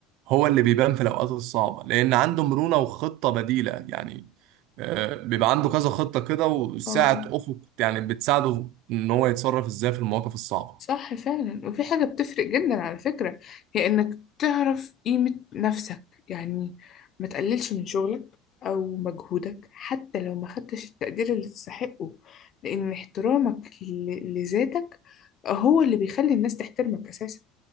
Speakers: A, on the right; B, on the left.
A: هو اللي بيبان في الأوقات الصعبة لأن عنده مرونة وخطة بديلة يعني آه، بيبقى عنده كذا خطة كده وساعة
B: اه
A: أفق يعني بتساعده إن هو يتصرف إزاي في المواقف الصعبة
B: صح فعلا وفي حاجة بتفرق جدا على فكرة هي إنك تعرف قيمة نفسك يعني ما تقللش من شغلك أو مجهودك حتى لو ما خدتش التقدير اللي تستحقه لأن احترامك ل- لذاتك هو اللي بيخلي الناس تحترمك أساسا